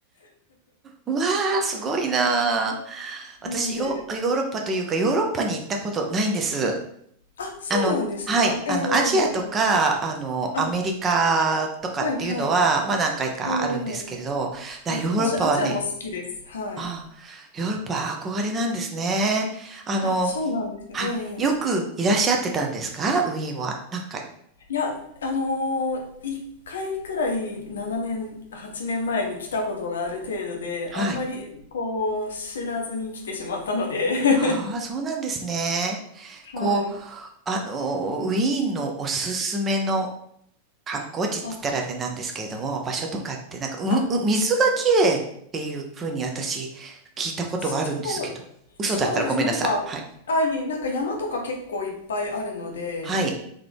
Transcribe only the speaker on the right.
うわー、すごいなー。私、
ヨ、ヨーロッパというか、ヨーロッパに行ったことないんです。
あの、はい、あの、アジアとか、あの、
アメリカとかっていうのは、
まあ何回かあるんですけれど、
だヨーロッパはね、
ああ、ヨーロッパは憧れなんですね。あの、
は、
よくいらっしゃってたんですかウィーンは。なんか、
はい。
ああ、そうなんですね。
こう、あの、ウィーンのおすすめの観光地って言ったらあれなんですけれども、
場所とかって、なんか、う、
う水がきれいっていうふうに私、聞いたことがあるんですけど、
嘘だったらごめんなさい。
はい。
はい。